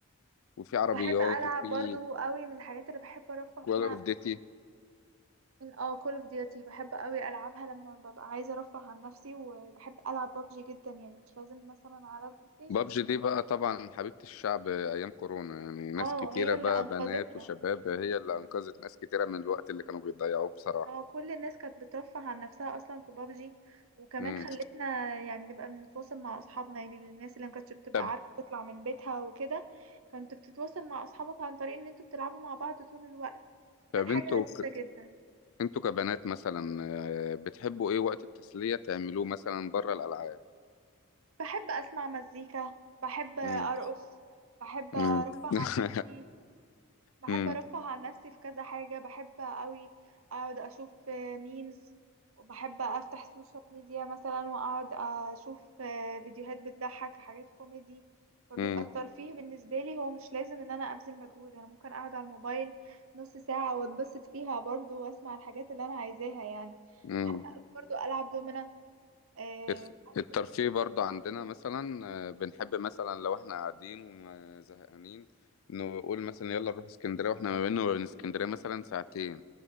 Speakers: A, on the left (about 70°); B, on the right (about 70°).
A: وفيه عربيات
B: بحب العب
A: وفيه
B: برضو قوي من الحاجات اللي بحب ارفه
A: كول
B: بيها
A: اوف
B: عن
A: ديتي
B: نفسي اه كول اوف ديوتي بحب قوي العبها لما ببقى عايزه ارفه عن نفسي وبحب العب ببجي جدا يعني مش لازم مثلا على البلاي ستيشن
A: بابجي دي بقى طبعا حبيبة الشعب أيام كورونا يعني ناس
B: اه
A: كتيرة
B: هي اللي
A: بقى
B: انقذتنا
A: بنات وشباب هي اللي أنقذت ناس كتيرة من الوقت اللي كانوا بيضيعوه بصراحة
B: اه كل الناس كانت بترفه عن نفسها اصلا في ببجي وكمان
A: مم.
B: خلتنا يعني نبقى بنتواصل مع اصحابنا يعني الناس اللي ما كانتش بتبقى
A: طب
B: عارفه تطلع من بيتها وكده كنت بتتواصل مع اصحابك عن طريق ان انتوا بتلعبوا مع بعض طول الوقت فكانت
A: طب
B: حاجه
A: انتوا
B: لذيذه
A: ك...
B: جدا
A: انتوا كبنات مثلا آه، بتحبوا ايه وقت التسلية تعملوه مثلا بره الألعاب
B: بحب اسمع مزيكا بحب ارقص
A: مم.
B: بحب ارفه
A: مم. <laughs>
B: عن نفسي بحب
A: مم.
B: ارفه عن نفسي في كذا حاجة بحب قوي اقعد اشوف ميمز وبحب افتح سوشيال ميديا مثلا واقعد اشوف آه، فيديوهات بتضحك حاجات كوميدي فبيبقى
A: مم.
B: الترفيه بالنسبة لي هو مش لازم ان انا ابذل مجهود انا ممكن اقعد على الموبايل نص ساعة واتبسط فيها برضو واسمع الحاجات اللي انا عايزاها يعني
A: مم.
B: بحب قوي برضو العب دومنا أه
A: الت-
B: بحب
A: الترفيه
B: الدومنة
A: برضو
B: جدا
A: عندنا مثلا آه، بنحب مثلا لو احنا قاعدين وزهقانين نقول مثلا يلا نروح اسكندرية واحنا ما بيننا وبين اسكندرية مثلا ساعتين